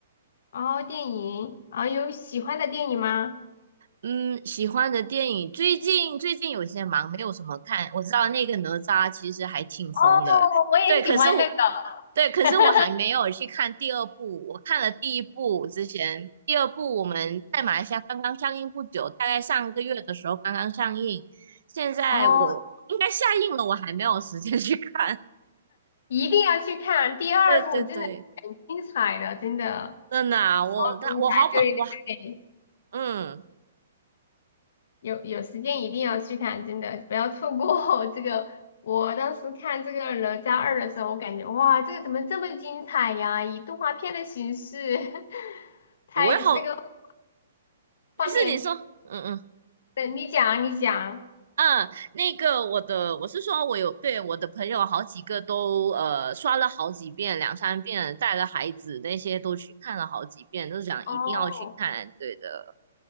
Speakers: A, on the left; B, on the right.
A: 哦，电影啊、有喜欢的电影吗？
B: 嗯，喜欢的电影最近最近有些忙，没有什么看。我知道那个哪吒其实还挺红的，
A: 哦，我也喜欢那个。
B: 对。可是我对，可是我还没有去看第二部。
A: <laughs>
B: 我看了第一部之前，第二部我们在马来西亚刚刚上映不久，大概上个月的时候刚刚上映。现在我应该下映了，
A: 哦，
B: 我还没有时间去看。
A: 一定要去看第二部，
B: <laughs> 对对对，
A: 真的很精彩的，真的
B: 真的啊我那我好捧哇，
A: 好精彩。对对对，
B: 嗯，
A: 有有时间一定要去看，真的不要错过 <laughs> 这个。我当时看这个《哪吒二》的时候，我感觉哇，这个怎么这么精彩呀？以动画片的形式，<laughs> 太那个
B: 我也好没事，
A: 画面，
B: 你说，嗯嗯
A: 等你讲啊你讲
B: 嗯，那个我的，我是说，我有对我的朋友好几个都呃刷了好几遍、两三遍，带了孩子那些都去看了好几遍，都想一定要去看，
A: 哦，
B: 对的，